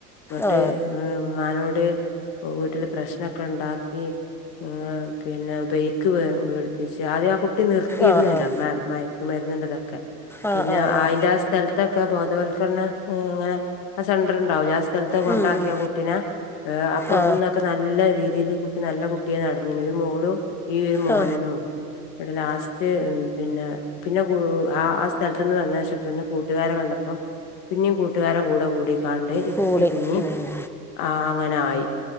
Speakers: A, on the left; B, in the centre.
A: എന്നിട്ട്
B: ആ
A: ഏഹ് ഉമ്മാനോട് വീട്ടില് പ്രശ്നമൊക്കെ ഉണ്ടാക്കി. ഏഹ് പിന്നെ ബൈക്ക് മേടിപ്പിച്ച് ആദ്യം ആ കുട്ടി നിർത്തിയിരുന്നതല്ലോ.
B: ആ ആ
A: മയക്ക മരുന്ന്ന്റെ ഇതൊക്കെ
B: ആ ആ
A: പിന്നെ അയിന്റെ ആ സ്ഥലത്തൊക്കെ ബോധവൽക്കരണ അങ്ങനെ ആ സെന്റർ ഉണ്ടാവൂല്ല ആ സ്ഥലത്ത് കൊണ്ടാക്കിയോ
B: ഉം ഉം
A: കുട്ടിനെ. അപ്പം അവിട
B: ആ
A: ക്കെ നല്ല രീതിയിൽ കുട്ടി നല്ല കുട്ടി ആയിനടനീനി ഒരു മോളും ഈ ഒരു മോനനും
B: ആ
A: ഒള്ളൂ ഇങ്ങട്ട് ലാസ്റ്റ് പിന്നെ പിന്നെ ആ ആ സ്ഥലത്തു നിന്ന് വന്ന ശേഷം പിന്നെ കൂട്ടുകാരെ കണ്ടപ്പോ പിന്നിം കൂട്ടുകാരെ കൂടെ കൂടിക്കാണ്ട് ഈ
B: കൂടി
A: കുട്ടി പിന്നിം
B: ഉം
A: ആഹ് അങ്ങനെ ആയി